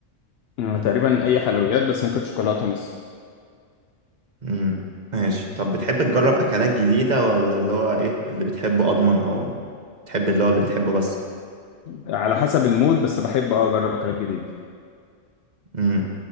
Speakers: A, on the left (about 65°); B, on the right (about 40°).
A: أمم، تقريبا اي حلويات بس ممكن شوكولاته مثلا
B: امم ماشي طب بتحب تجرب اكلات جديدة ولا اللي هو ايه اللي بتحبه اضمن او بتحب اللي هو اللي بتحبه بس
A: على حسب المود بس بحب اه اجرب اكلات جديده
B: امم